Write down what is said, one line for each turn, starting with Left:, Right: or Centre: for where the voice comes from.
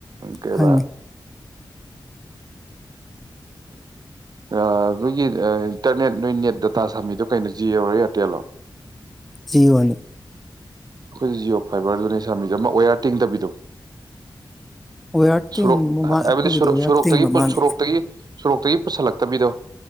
Right: ꯀꯦꯕꯥ
Centre: ꯈꯪꯉꯦ
Right: ꯈꯔꯦꯒꯤ ꯏꯟꯇꯔꯅꯦꯠ ꯅꯣꯏꯅꯦꯠ ꯗꯇꯥ ꯁꯥꯃꯤꯗꯣ ꯀꯩꯅꯣ ꯖꯤꯌꯔꯣ ꯑꯦꯌꯥꯔꯇꯦꯜꯂꯣ
Centre: ꯖꯤꯑꯣꯅꯤ
Right: ꯑꯩꯈꯣꯏꯁꯦ ꯖꯤꯑꯣ ꯐꯥꯏꯕꯔꯗꯨꯅꯦ ꯁꯥꯥꯃꯤꯖ ꯑꯃ ꯑꯣꯌꯥꯔ ꯇꯦꯡꯗꯕꯤꯗꯣ
Centre: ꯋꯦꯌꯥꯔ ꯇꯤꯡꯕ
Right: ꯣꯔꯣꯛ
Centre: ꯃꯥꯜ
Right: ꯍꯥꯏꯕꯗꯤ
Centre: ꯑꯩꯈꯣꯏꯒꯤꯗꯤ
Right: ꯁꯣꯔꯣꯛꯇꯒꯤ
Centre: ꯋꯦꯌꯥꯔ ꯇꯤꯡꯕ ꯃꯥꯜꯂꯦ
Right: ꯁꯣꯔꯣꯛꯇꯒꯤ ꯁꯣꯔꯣꯛꯇꯒꯤ ꯄꯨꯁꯤꯜꯂꯛꯄ ꯇꯕꯤꯗꯣ